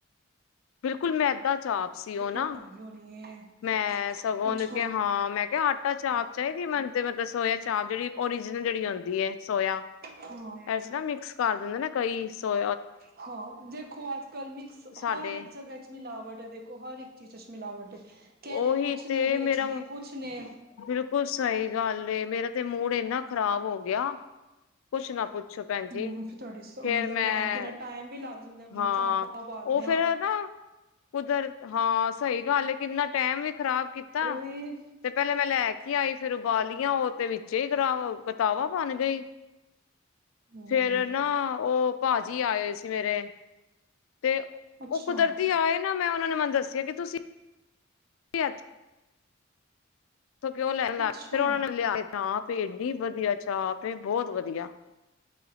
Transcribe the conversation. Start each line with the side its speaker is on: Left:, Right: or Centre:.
Left: ਬਿਲਕੁਲ ਮੈਦਾ ਚਾਪ ਸੀ ਉਹ ਨਾ
Right: ਬਣ ਗਈ ਹੋਣੀ ਹੈ
Left: ਮੈਂ ਸਗੋਂ ਉਹਨੂੰ
Right: ਅੱਛਾ
Left: ਕੇ ਹਾਂ ਮੈਂ ਕਿਹਾ ਆਟਾ ਚਾਪ ਚਾਹੀਦੀ ਮੈਨ ਮਤਲਬ ਸੋਇਆ ਚਾਪ ਜਿਹੜੀ ਓਰੀਜਨਲ ਜਿਹੜੀ ਆਉਂਦੀ ਹੈ ਸੋਇਆ
Right: ਹਾਂ
Left: ਨਾ ਮਿਕਸ ਕਰ ਦਿੰਦੇ ਨਾ ਕਈ ਸੋ
Right: ਹਾਂ ਦੇਖੋ ਆਜ ਕੱਲ ਮਿਕਸ
Left: ਸਾਡੇ
Right: ਹਰ ਇੱਕ ਜਗਾ ਚ ਮ ਲਵਡ ਦੇਖੋ ਹਰ ਇੱਕ ਚੀਜ਼ ਮਿਵਟ ਘਹਿਰੇ
Left: ਉਹੀ
Right: ਕੁੱਛ ਨੇ
Left: ਤੇ
Right: ਵੇਚਦੇ
Left: ਮੇਰਾ
Right: ਕੁਛ ਨੇ
Left: ਬਿਲਕੁਲ ਸਹੀ ਗੱਲ ਮੇਰਾ ਤੇ ਮੂਡ ਇੰਨਾ ਖ਼ਰਾਬ ਹੋ ਗਿਆ ਕੁੱਛ ਨਾ ਪੁੱਛ ਅੱਛਾ ਭੈਣਜੀ
Right: ਹਮ ਫਿਰ ਤੁਹਾਡੀ
Left: ਫਰ
Right: ਮਤਲਬ
Left: ਮੈਂ
Right: ਹਾਂ ਕਿੰਨਾ ਟਾਈਮ ਵੀ ਲੱਗ ਜਾਂਦਾ
Left: ਹਾਂ
Right: ਚਾਂਪਾਂ ਉਬਾਲਦਿਆਂ
Left: ਉਹ ਫੇਿਰ ਨਾ ਕੁਦਰ ਹਾਂ ਸਹੀ ਗੱਲ ਹੈ ਕਿੰਨਾ ਟੈਮ ਵੀ ਖ਼ਰਾਬ ਕੀਤਾ
Right: ਉਹੀ
Left: ਤੇ ਲੈ ਕੇ ਆਈ ਫਿਰ ਉਬਾਲੀਆਂ ਉਹ ਤੇ ਵਿੱਚ ਹੀ ਕਰਾ ਕਿਤਾਵਾ ਬਣ ਗਈ
Right: ਹੋਏ
Left: ਫੇਿਰ ਨਾ ਉਹ ਭਾਜੀ ਆਏ ਸੀ ਮੇਰੇ ਤੇ
Right: ਅੱਛਾ
Left: ਉਹ ਕੁਦਰਤੀ ਆਏ ਨਾ ਮੈਂ ਉਹਨਾਂ ਨੇ ਮੈਨੂੰ ਦੱਸਿਆ ਕਿ ਤੁਸੀਂ <unintelligible> ਸ ਕਿਉਂ ਲੈਣ ਲੱ
Right: ਅੱਛਾ
Left: ਫਿਰ ਉਹਨਾ ਨੂੰ ਲਿਆ ਚਾਹ ਪ ਏਨੀ ਵਧੀਆ ਚਾਹ ਪੇ ਬਹੁਤ ਵਧੀਆ